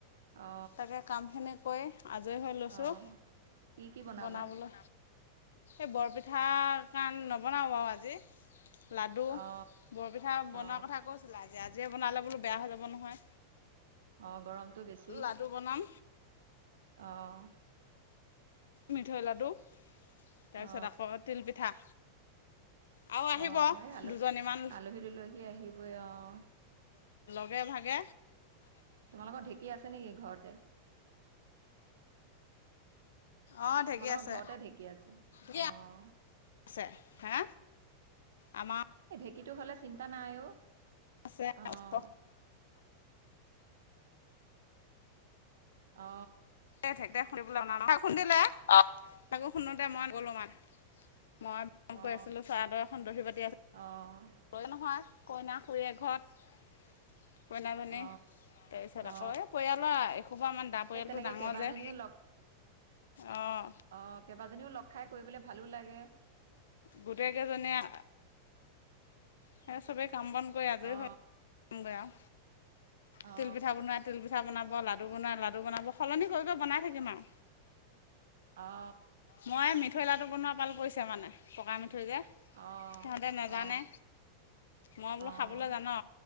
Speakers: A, on the right (about 60°); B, on the left (about 65°).
A: অ
B: তাকে কামখিনি কৰি আজৰি হৈ লৈছোঁ।
A: অ কি - কি বনাবা?
B: বনাবলৈ এই বৰপিঠা, কাণ নবনাও বাৰু আজি। লাডু,
A: অ
B: বৰপিঠা বনোৱা
A: অ
B: কথা তে বনালে বোলো বেয়া হৈ যাব নহয়।
A: অহ, গৰমটো বেছি,
B: লাডু বনাম
A: অহ
B: মিঠৈ লাডু, তাৰপিছত
A: অ
B: আকৌ তিলপিঠা। আৰু আহিব
A: অহ, এই আলু,
B: দুজনীমান
A: আলহী-দুলহী আহিবই অহ।
B: ভাগে-ভাগে।
A: তোমালোকৰ ঢেঁকী আছে নেকি ঘৰতে?
B: অঁ ঢেঁকী
A: তোমালোকৰ
B: আছে
A: ঘৰতে ঢেঁকী আছে,
B: ঢেঁকী
A: অ
B: আছে হা আমাৰ
A: এই ঢেঁকীটো হ'লে চিন্তা নাই অ,
B: আছে
A: অ'হ।
B: ওচৰ
A: অ
B: এ ঢেকী দে খুন্দিবলৈ অনা নহয় অ, খুন্দিলে আকো শুনোতে মই গ'লোঁ আমাৰ, মই
A: অ
B: কৈ আছিলো চাদৰ এখন দহি বাটি আছ
A: অ অ
B: দৈ নহয় কইনা খুৰীয়ে ঘৰত কইনাজনী
A: অ
B: তাৰপিছত
A: অ
B: আকৌ, এই পৰিয়ালৰ এসোপা মান দা পৰিয়ালটো
A: এই তেনেকে
B: ডাঙৰ
A: কেইবাজনীও
B: যে
A: লগ
B: অঁ
A: অ, কেইবাজনীও লগ খাই কৰিবলৈ ভালো লাগে।
B: গোটেই কেইজনীয়ে সে চবেই কাম বন কৰি আজৰি
A: অ
B: হৈ কামগৈ আৰু
A: অ
B: তিলপিঠা বনোৱাই, তিলপিঠা বনাব। লাডু বনাই, লাডু বনাব সলনি কৰি কৰি বনাই থাকিম আও।
A: অ
B: মই মিঠৈ লাডু বনোৱা পাল পৰিছে মানে, পকা মিঠৈ মিঠৈ যে,
A: অ
B: সিহঁতে নাজানে
A: অ
B: মই বোলো
A: অ
B: খাবলৈ জান?